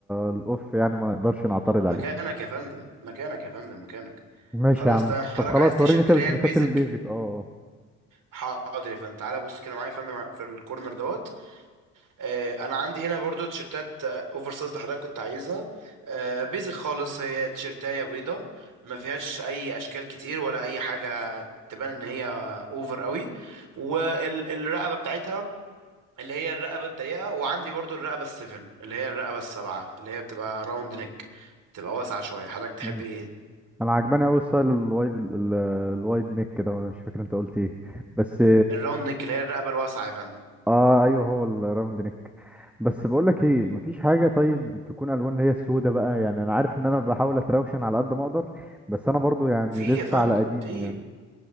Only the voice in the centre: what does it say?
الأوف يعني ما نقدرش نعترض
عليه
ماشي
يا عم
طب خلاص
وريني كده
تيشيرتات
البيزك اه آه.
مم.
أنا عجباني أوي ستايل الوايد ال- الوايد نيك كده وأنا مش فاكر أنت قلت إيه بس
آه أيوه هو الراوند نيك بس بقولك إيه مفيش حاجة طيب تكون ألوان اللي هي السودة بقى يعني أنا عارف إن أنا بحاول أتراوشن على قد ما أقدر بس أنا برضو يعني
لسه
على قديمه
يعني